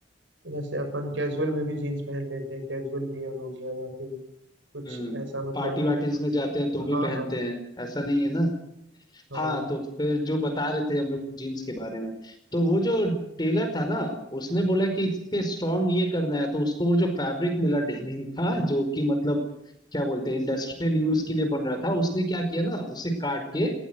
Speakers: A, on the right; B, on the left.
A: जैसे अपन कैजुअल में भी जीन्स पहन लेते हैं कैजुअल वियर हो गया या फिर कुछ
B: हम्म
A: ऐसा मतलब
B: पार्टी वार्टीज में जाते हैं तो
A: हाँ
B: भी
A: हाँ
B: पहनते
A: हाँ
B: हैं ऐसा नहीं है ना
A: हाँ
B: हाँ तो फिर जो बता रहे थे हम लोग जीन्स के बारे में तो वो जो टेलर था ना उसने बोला कि इसके स्ट्रॉन्ग ये करना है तो उसको वो जो फैब्रिक मिला डेनिम का जो कि मतलब क्या बोलते हैं इंडस्ट्रियल यूज के लिए बन रहा था उसने क्या किया ना उसे काट के